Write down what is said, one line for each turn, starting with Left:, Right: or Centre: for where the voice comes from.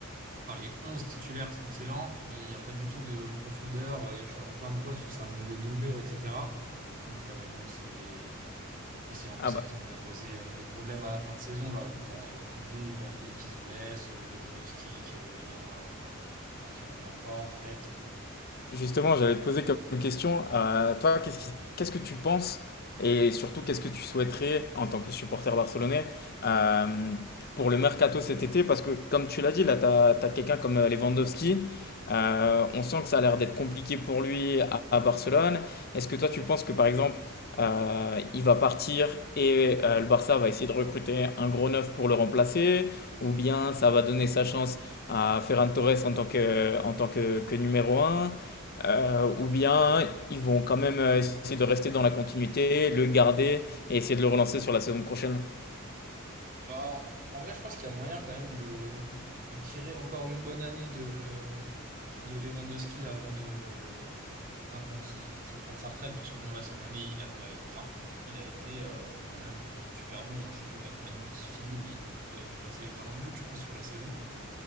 Right: enfin, les 11 titulaires sont excellents, mais il y a pas du tout de profondeur, heu, il y a plein de postes où ça manque de doublure et cetera. Donc heu, bon, c'était Et c'est un peu
Left: Ah
Right: ça
Left: bah.
Right: qui nous a posé euh, des problèmes à la fin de saison, là, où t'as euh, Koundé et Baldé qui se blessent, euh, Lewandowski qui revient, euh, enfin, qui revient pas, en fait. Euh,
Left: Justement, j'allais te poser comme question, euh, toi, qu'est-ce qui- qu'est-ce que tu penses et surtout qu'est-ce que tu souhaiterais en tant que supporter barcelonais euh, pour le mercato cet été? Parce que comme tu l'as dit, là, tu as, quelqu'un comme euh, Lewandowski, euh, on sent que ça a l'air d'être compliqué pour lui à, à Barcelone. Est-ce que toi, tu penses que par exemple, euh, il va partir et euh, le Barça va essayer de recruter un gros neuf pour le remplacer? Ou bien ça va donner sa chance à Ferran Torres en tant que, en tant que que numéro un euh, ou bien ils vont quand même euh, essayer de rester dans la continuité, le garder et essayer de le relancer sur la saison prochaine.
Right: Bah, en, en vrai, je pense qu'il y a moyen quand même de, de tirer encore une bonne année de, de Lewandowski avant de, avant qu'il qu'il prenne sa retraite, parce que bon, là, cette année, il a pas, il- enfin, il a été euh, quand même euh, super bon, hein. Je sais plus à combien de buts il finit, mais il, doit- il a dû passer les 40 buts, je pense, sur la saison.